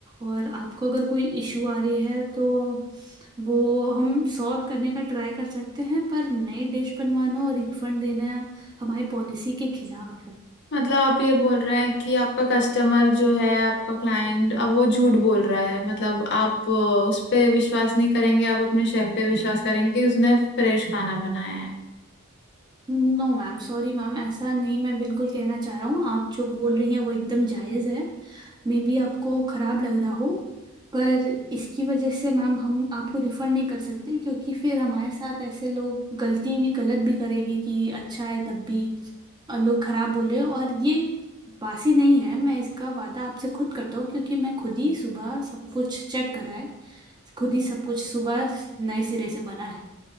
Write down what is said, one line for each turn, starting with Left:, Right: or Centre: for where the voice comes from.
Right: और आपको अगर कोई इशू आ रही है तो वो हम सॉल्व करने का ट्राई कर सकते हैं पर नई डिश बनवाना और रिफंड देना हमारी पॉलिसी के खिलाफ है
Left: मतलब आप ये बोल रहे हैं कि आपका कस्टमर जो है आपका क्लाइंट अब वो झूठ बोल रहा है मतलब आप अ, उस पे विश्वास नहीं करेंगे आप अपने शेफ पे विश्वास करेंगे कि उसने फ्रेश खाना बनाया है
Right: नो मैम सॉरी मैम ऐसा नहीं मैं बिल्कुल कहना चाह रहा हूँ आप जो बोल रही हैं वो एकदम जायज़ है मे बी आपको ख़राब लग रहा हो पर इसकी वजह से मैम हम आपको रिफ़ंड नहीं कर सकते क्योंकि फिर हमारे साथ ऐसे लोग गलती भी गलत भी करेंगे कि अच्छा है तब भी और लोग ख़राब बोले और ये बासी नहीं है मैं इसका वादा आपसे खुद करता हूँ क्योंकि मैं खुद ही सुबह सब कुछ चेक करा है खुद ही सब कुछ सुबह नए सिरे से बना